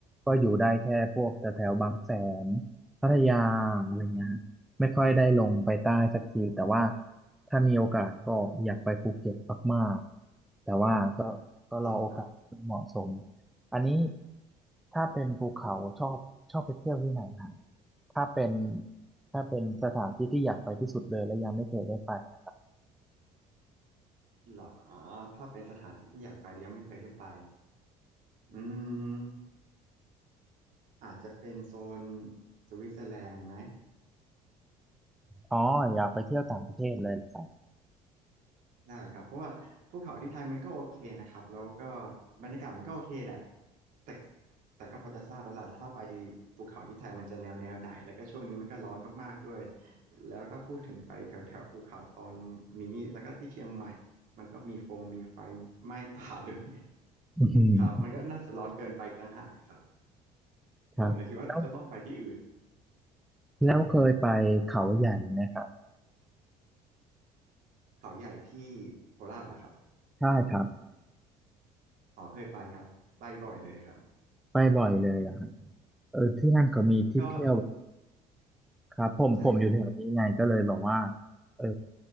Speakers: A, in the centre; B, on the right.
A: ก็อยู่ได้แค่พวกแถวแถวบางแสนพัทยาอะไรเงี้ยฮะไม่ค่อยได้ลงไปใต้สักทีแต่ว่าถ้ามีโอกาสก็อยากไปภูเก็ตมากๆแต่ว่าก็ก็รอโอกาสที่เหมาะสม
B: หรอครับ
A: อันนี้ถ้าเป็นภูเขาชอบชอบไปเที่ยวที่ไหนครับถ้าเป็นถ้าเป็นสถานที่ที่อยากไปที่สุดเลยและยังไม่เคยได้ไปอะ
B: หรออ๋อถ้าเป็นสถานที่ที่อยากไปแล้วยังไม่เคยได้ไปอืมอาจจะเป็นโซนสวิตเซอร์แลนด์ไหม
A: อ๋ออยากไปเที่ยวต่างประเทศเลยเหรอครับ
B: ได้ครับเพราะว่าภูเขาที่ไทยมันก็โอเคนะครับแล้วก็บรรยากาศมันก็โอเคแหละแต่แต่ก็พอจะทราบแล้วล่ะถ้าไปภูเขาที่ไทยมันจะแนวแนวไหนแล้วก็ช่วงนี้มันก็ร้อนมากๆด้วยแล้วถ้าพูดถึงไปแถวแถวภูเขาตอนนี้แล้วก็ที่เชียงใหม่มันก็มีฟงมีไฟไหม้ <laughs> ป่าด้วย <laughs>
A: อืม
B: ครับมันก็น่าจะร้อนเกินไปอีกต่างหากอะครับ
A: ครับแล้ว
B: ผมเลยคิดว่าก็ต้องไปที่อื่น
A: แล้วเคยไปเขาใหญ่ไหมครับ
B: เขาใหญ่ที่โคราชเหรอครับ
A: ใช่ครับ
B: อ๋อเคยไปครับไปบ่อยเลยครับ
A: ไปบ่อยเลยอะครับเออที่นั่นก็มีที่เที่ยว
B: ก็
A: ครับผมผมอยู่แถวนี้ไงก็เลยบอกว่า
B: ใช่ครับ
A: เออ